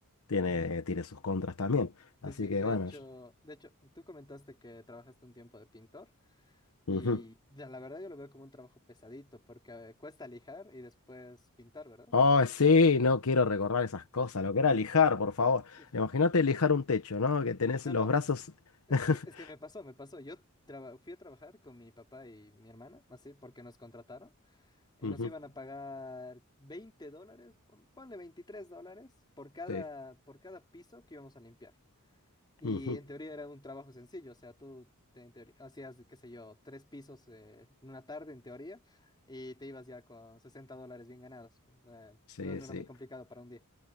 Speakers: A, on the left; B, on the left.
A: tiene, tiene sus contras también. Así
B: Sí, sí,
A: que
B: de
A: bueno.
B: hecho,
A: yo-
B: de hecho, tú comentaste que trabajaste un tiempo de pintor y
A: Ujú.
B: ya, la verdad yo lo veo como un trabajo pesadito porque eh, cuesta lijar y después pintar, ¿verdad?
A: Oh, sí, no quiero recordar esas cosas, lo que era lijar, por favor.
B: Uf.
A: Imagínate lijar un techo, ¿no? Que tenés
B: No,
A: los
B: no,
A: brazos.
B: es, e-
A: <laughs>
B: e- es que me pasó, me pasó. Yo traba- fui a trabajar con mi papá y mi hermana, así, porque nos contrataron y
A: Ujú,
B: nos iban a pagar 20 dólares, pon- ponle 23 dólares por cada,
A: sí.
B: por cada piso que íbamos a limpiar. Y
A: ujú,
B: en teoría era un trabajo sencillo, o sea, tú te- en teoría, hacías, qué sé yo, tres pisos eh, en una tarde, en teoría, y te ibas ya con 60 dólares bien ganados. Eh,
A: Sí,
B: no, no
A: sí.
B: era muy complicado para un día.